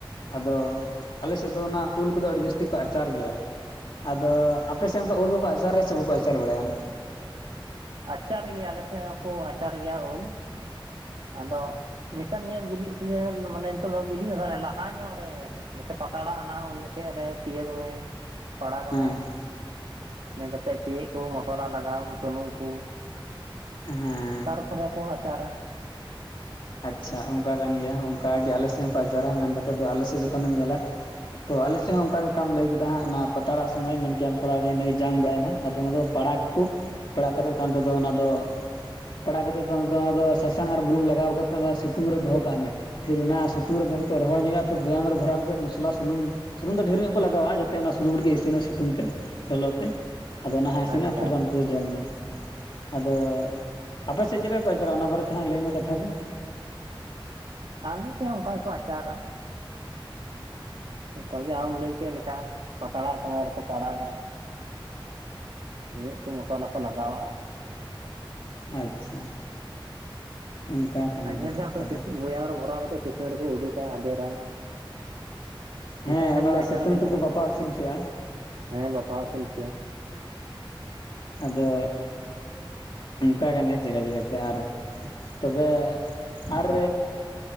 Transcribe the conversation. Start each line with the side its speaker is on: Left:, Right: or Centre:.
Left: ᱟᱫᱚ ᱟᱞᱮᱥᱮᱫ ᱫᱚ ᱚᱱᱟ ᱩᱞ ᱠᱚᱫᱚ ᱟᱹᱰᱤ ᱡᱟᱹᱥᱛᱤ ᱠᱚ ᱟᱪᱟᱨ ᱜᱮᱭᱟ ᱟᱫᱚ ᱟᱯᱮᱥᱮᱫ ᱚᱱᱠᱟ ᱩᱞ ᱵᱟᱠᱚ ᱟᱪᱟᱨᱟ ᱥᱮ ᱵᱟᱠᱚ ᱟᱪᱟᱨ ᱵᱟᱲᱟᱭᱟ
Right: ᱟᱪᱟᱨ ᱜᱮᱭᱟ ᱟᱞᱮ ᱥᱮᱫ ᱦᱚᱸᱠᱚ ᱟᱪᱟᱨ ᱜᱮᱭᱟ ᱩᱞ ᱟᱫᱚ ᱱᱮᱛᱟᱨ ᱱᱤᱭᱟᱹ ᱵᱤᱞᱤ ᱥᱤᱡᱤᱱ ᱢᱟᱱᱮ ᱱᱤᱛᱚᱜ ᱫᱚ ᱵᱤᱞᱤ ᱦᱚᱸᱮ ᱞᱟᱦᱟ ᱧᱚᱜ ᱨᱮ ᱡᱮᱭᱥᱮ <unintelligible> ᱩᱞ ᱡᱚᱠᱷᱮᱡ ᱨᱮ ᱛᱤᱭᱟᱹᱜ ᱢᱮ ᱯᱟᱲᱟᱜᱽ
Left: ᱦᱮᱸ
Right: ᱢᱮ ᱤᱱᱟᱹ ᱠᱟᱛᱮᱫ ᱪᱮᱫ ᱠᱚ ᱢᱚᱥᱞᱟ ᱞᱟᱜᱟᱣ ᱥᱩᱱᱩᱢ ᱠᱚ
Left: ᱦᱮᱸ
Right: ᱛᱟᱨᱯᱚᱨᱮ ᱠᱚ ᱟᱪᱟᱨᱟ
Left: ᱟᱪᱪᱷᱟ ᱚᱱᱠᱟ ᱠᱟᱱ ᱜᱮᱭᱟ ᱚᱱᱠᱟᱜ ᱜᱮ ᱟᱞᱮ ᱥᱮᱫ ᱦᱚᱸᱠᱚ ᱟᱪᱟᱨᱟ ᱢᱮᱱ ᱠᱟᱛᱮᱫ ᱫᱚ ᱟᱞᱮ ᱥᱮᱫ ᱡᱚᱠᱷᱚᱱᱮᱢ ᱧᱮᱞᱟ ᱛᱚ ᱟᱞᱮ ᱥᱮᱫ ᱦᱚᱸ ᱚᱱᱠᱟ ᱜᱮ ᱚᱠᱟᱢ ᱞᱟᱹᱭ ᱠᱮᱫᱟ ᱦᱟᱸᱜ ᱚᱱᱟ ᱯᱟᱛᱲᱟᱜ ᱥᱚᱢᱚᱭ ᱢᱮᱱᱠᱮ ᱠᱮᱜᱼᱟ ᱛᱷᱚᱲᱟ ᱜᱮ ᱡᱟᱝ ᱵᱟᱲᱟᱭᱮᱱᱟ ᱟᱫᱚ ᱚᱱᱟᱫᱚ ᱯᱟᱲᱟᱜ ᱠᱩ ᱯᱟᱲᱟᱜ ᱠᱟᱛᱮᱫ ᱛᱟᱭᱚᱢ ᱛᱮᱫᱚ ᱚᱱᱟᱫᱚ ᱯᱟᱲᱟᱜ ᱠᱟᱛᱮᱫ ᱥᱟᱥᱟᱝ ᱟᱨ ᱵᱩᱞᱩᱝ ᱞᱟᱜᱟᱣ ᱠᱟᱛᱮᱫ ᱚᱱᱟ ᱥᱤᱛᱩᱝ ᱨᱮ ᱫᱚᱦᱚ ᱠᱟᱜ ᱢᱮ ᱯᱷᱤᱨ ᱚᱱᱟ ᱥᱤᱛᱩᱝ ᱨᱮ ᱫᱚᱦᱚ ᱠᱟᱛᱮᱫ ᱨᱚᱦᱚᱲ ᱧᱚᱜᱼᱟ ᱯᱷᱤᱨ ᱵᱮᱭᱟᱢ ᱨᱮ ᱵᱷᱚᱨᱟᱣ ᱠᱟᱛᱮᱫ ᱢᱚᱥᱞᱟ ᱥᱩᱱᱩᱢ ᱥᱩᱱᱩᱢ ᱫᱚ ᱰᱷᱮᱨ ᱧᱚᱜ ᱠᱚ ᱞᱟᱜᱟᱣᱟ ᱡᱟᱛᱮ ᱚᱱᱟ ᱥᱩᱱᱩᱢ ᱨᱮᱜᱮ ᱤᱥᱤᱱᱟ ᱥᱤᱛᱩᱝ ᱛᱮ ᱞᱚᱞᱚ ᱛᱮ ᱟᱫᱚ ᱚᱱᱟ ᱦᱟᱜ
Right: ᱟᱪᱪᱷᱟ
Left: ᱤᱥᱤᱱᱟ ᱯᱷᱤᱨ ᱫᱟᱢ ᱟᱫᱚ ᱡᱚᱢ ᱢᱮ ᱟᱫᱚ ᱟᱯᱮᱥᱮᱫ ᱪᱮᱫ ᱯᱮ ᱟᱪᱟᱨᱟ ᱚᱱᱟ ᱵᱟᱨᱮᱛᱮ ᱦᱟᱸᱜ ᱞᱟᱹᱭᱢᱮ ᱠᱟᱛᱷᱟ ᱠᱚ
Right: ᱟᱞᱮᱥᱮᱫ ᱦᱚᱸ ᱚᱱᱠᱟ ᱜᱮᱠᱚ ᱟᱪᱟᱨᱟ ᱚᱱᱠᱟᱜᱮ ᱟᱢ ᱞᱟᱹᱭ ᱠᱮᱫ ᱞᱮᱠᱟ ᱯᱟᱛᱲᱟᱜ ᱥᱚᱢᱚᱭ ᱨᱮᱠᱚ ᱯᱟᱲᱟᱜᱟ ᱱᱤᱭᱟᱹ ᱠᱚ ᱢᱚᱥᱞᱟ ᱠᱚ ᱞᱟᱜᱟᱣᱟᱜᱼᱟ᱾
Left: ᱟᱪᱪᱷᱟ ᱚᱱᱠᱟ ᱠᱟᱱ
Right: ᱟᱨ
Left: ᱜᱮᱭᱟ
Right: ᱧᱮᱞ ᱠᱟᱜ ᱠᱚᱣᱟᱹᱧ
Left: ᱟᱫᱚ
Right: ᱵᱚᱭᱦᱟᱢ ᱨᱮ ᱵᱷᱚᱨᱟᱣ ᱠᱟᱛᱮᱫ ᱥᱤᱛᱩᱝ ᱨᱮᱠᱚ ᱩᱰᱩᱠᱟ ᱟᱫᱮᱨᱟ ᱤᱱᱠᱟ
Left: ᱦᱮᱸ
Right: ᱤᱱᱠᱟ
Left: ᱚᱱᱟ
Right: ᱛᱮᱜᱮ
Left: ᱫᱚ
Right: ᱟᱪᱟᱨ
Left: ᱥᱤᱛᱩᱝ
Right: ᱵᱮᱱᱟᱜᱼᱟ
Left: ᱛᱮᱠᱚ ᱵᱟᱯᱟᱣ ᱤᱥᱤᱱ ᱚᱪᱚᱣᱟᱜᱼᱟ᱾
Right: ᱦᱮᱸ ᱵᱟᱯᱷᱟᱣ ᱤᱥᱤᱱ ᱪᱚᱭᱟ
Left: ᱟᱫᱚ ᱚᱱᱠᱟ ᱠᱟᱱ ᱜᱮᱭᱟ ᱡᱟᱭᱜᱟ ᱡᱟᱭᱜᱟᱛᱮ ᱟᱨ ᱛᱚᱵᱮ ᱟᱨ